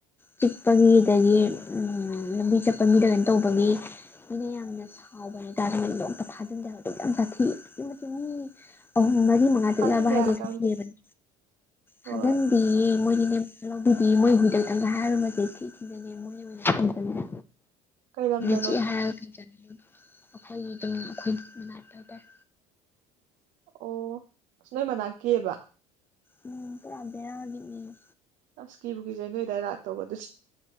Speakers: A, on the left; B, on the right.
A: ꯆꯤꯛꯄꯒꯤ ꯑꯗꯒꯤ ꯎꯝ ꯂꯝꯕꯤ ꯆꯠꯄ ꯃꯤꯗ ꯀꯩꯅꯣ ꯇꯧꯕꯒꯤ
B: <inaudible>
A: ꯃꯤꯅ ꯌꯥꯝꯅ ꯁꯥꯎꯕ ꯍꯥꯏꯇꯥꯔꯦ ꯅꯣꯡꯇ ꯐꯥꯖꯟꯗꯦ ꯍꯥꯏꯕ ꯑꯗꯨꯛꯌꯥꯝ ꯇꯥꯊꯤ ꯑꯗꯨꯛꯀꯤ ꯃꯇꯤꯛ ꯃꯤ ꯑꯍꯩꯝ ꯃꯔꯤ ꯃꯔꯤ ꯃꯉꯥ ꯆꯤꯛꯂꯛ
B: ꯊꯥꯖꯤꯟꯒꯦ
A: ꯑꯕ ꯍꯥꯏꯁꯦ
B: ꯍꯥꯏꯒꯗ꯭ꯔꯥ
A: ꯁꯊꯤꯔꯕꯅꯤ
B: ꯈꯪꯗꯦ ꯍꯣꯏ
A: ꯐꯖꯤꯟꯗꯤꯌꯦ ꯃꯣꯏꯗꯤ ꯂꯧꯕꯤꯗꯤ ꯃꯣꯏ ꯍꯨꯏꯗ ꯈꯤꯇꯪꯒ ꯍꯥꯏꯔꯨꯕꯁꯦ ꯊꯤ ꯊꯤꯅꯅꯦ ꯃꯣꯏ ꯑꯣꯏꯅ ꯁꯎꯖꯜꯂꯦꯕ
B: ꯀꯩ ꯂꯝꯗ
A: ꯆꯦꯛꯑꯦ ꯍꯥꯏꯔꯒ <unintelligible> ꯑꯩꯈꯣꯏꯒꯤ ꯑꯗꯨꯝ ꯑꯩꯈꯣꯏ ꯃꯅꯥꯛꯇ ꯇꯥꯏ
B: ꯑꯣ ꯑꯁ ꯅꯣꯏ ꯃꯅꯥꯛꯀꯤꯕ
A: ꯎꯝ ꯄꯨꯔꯥ ꯕꯦꯔꯒꯤ ꯍꯨꯏꯅꯤ
B: ꯑꯁ ꯀꯤꯕꯨ ꯀꯖꯩ ꯅꯣꯏ ꯑꯗꯥꯏ ꯂꯥꯛꯇꯧꯕ ꯑꯗꯨꯗꯤ